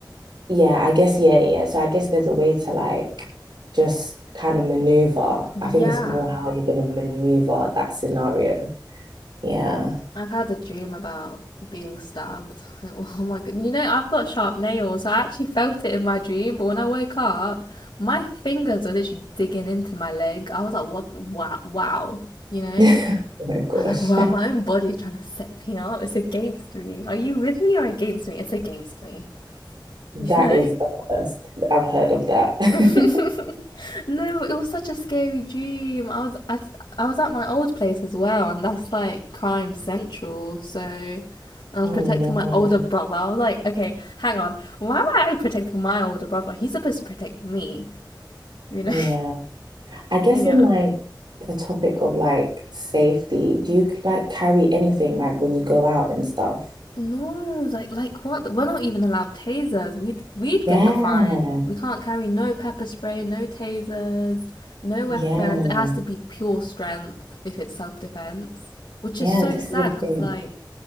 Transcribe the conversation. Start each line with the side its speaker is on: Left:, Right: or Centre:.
Right: yeah, I guess, yeah, yeah. So I guess there's a way to like just kind of maneuver. I
Left: Yeah.
Right: think it's more how you're going to maneuver that scenario. Yeah.
Left: I've had a dream about being stabbed. <laughs> Oh my god! You know, I've got sharp nails. I actually felt it in my dream, but when I woke up, my fingers are literally digging into my leg. I was like, "What? Wow! Wow!" You know,
Right: <laughs> Oh my gosh.
Left: I was like, "Wow!" My own body trying to set me up. It's against me. Are you with me or against me? It's against me. <laughs>
Right: That
Left: You know.
Right: is a first. I've heard of that. <laughs>
Left: <laughs> no, it was such a scary dream. I was I, th- I was at my old place as well, and that's like crime central. So I was
Right: Oh
Left: protecting my older brother. I was like, okay, hang on, why am I protecting my older brother? He's supposed to protect me, you know?
Right: no. Yeah. I guess
Left: <laughs> yeah.
Right: in like the topic of like safety, do you like carry anything like when you go out and stuff?
Left: No, like like what? We're not even allowed tasers. We'd we'd
Right: Yeah.
Left: get the fine. We can't carry no pepper spray, no tasers, no
Right: Yeah.
Left: weapons. It has to be pure strength if it's self defense, which
Right: Yeah.
Left: is so
Right: This
Left: sad
Right: is a
Left: because
Right: thing.
Left: like